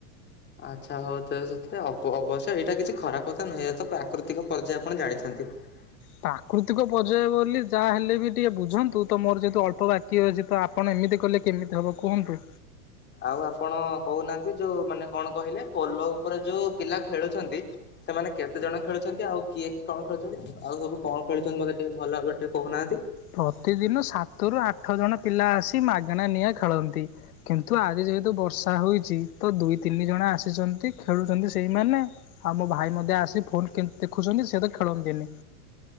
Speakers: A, on the left; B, on the left.
A: ଆଚ୍ଛା ହଉ ତ ସେଥିରେ ହବ। ଅବଶ୍ୟ ଏଇଟା କିଛି ଖରାପ କଥା ନୁହେଁ। ତ ପ୍ରାକୃତିକ ପର୍ଯ୍ୟାୟ ଆପଣ ଜାଣିଛନ୍ତି। ତି
B: ପ୍ରାକୃତିକ ପର୍ଯ୍ୟାୟ ବୋଲି, ଯାହା ହେଲେ ବି ଟିକେ ବୁଝନ୍ତୁ। ତ ମୋର ଯେହେତୁ ଅଳ୍ପ ବାକି ଅଛି ତ ଆପଣ ଏମିତି କଲେ କେମିତି ହବ କୁହନ୍ତୁ?
A: ଆଉ ଆପଣ କହୁନାହାନ୍ତି? ଯୋଉ ମାନେ କଣ କହିଲେ ପୋଲ ଉପରେ ଯୋଉ ପିଲା ଖେଳୁଛନ୍ତି ସେମାନେ କେତେ ଜଣ ଖେଳୁଛନ୍ତି? ଆଉ କିଏ କଣ ଖେୁଛନ୍ତି? ଆଉ ସବୁ କଣ ଖେଳୁଛନ୍ତି? ମତେ ଟିକେ ଭଲ ଭାବରେ ଟିକେ କହୁନାହାନ୍ତି?
B: ପ୍ରତିଦିନ ସାତରୁୁ ଆଠ ଜଣ ପିଲା ଆସି, ମାଗଣା ନିଆଁ ଖେଳନ୍ତି। କିନ୍ତୁ ଆଜି ଯେହେତୁ ବର୍ଷା ହୋଇଛି, ତ ଦୁଇ ତିନି ଜଣ ଆସିଛନ୍ତି ଖେଳୁଛନ୍ତି, ସେଇମାନେ ଆଉ ମୋ ଭାଇ ମଧ୍ୟ। ସେ ଆସି ଫୋନ କେ- ଦେଖୁଛନ୍ତି, ସେ ତ ଖେଳନ୍ତିନି।